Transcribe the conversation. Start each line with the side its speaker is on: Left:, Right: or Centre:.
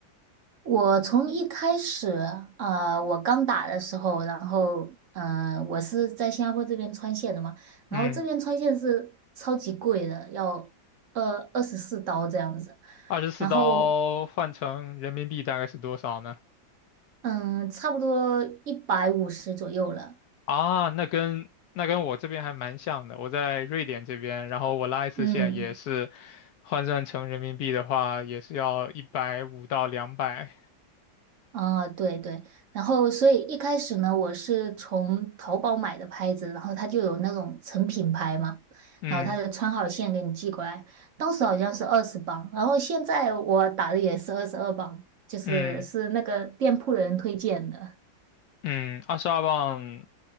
Right: 我从一开始，啊，我刚打的时候，然后，嗯、呃我是在新加坡这边穿线的嘛，然后这边穿线是超级贵的，
Left: 嗯，
Right: 要二二十四刀这样子，
Left: 二十四刀换成人民币大概是多少呢？
Right: 然后，嗯，差不多一百五十左右了，
Left: 啊，那跟那跟我这边还蛮像的。我在瑞典这边，然后我拉一次线也是
Right: 嗯。
Left: 换算成人民币的话，也是要一百五到两百。
Right: 啊，对对，然后所以一开始呢，我是从淘宝买的拍子，然后它就有那种成品拍嘛，
Left: 嗯
Right: 然后它就穿好线给你寄过来，当时好像是二十磅，然后现在我打的也是二十二磅，就是是那个店铺的人推荐的，
Left: 嗯嗯，二十二磅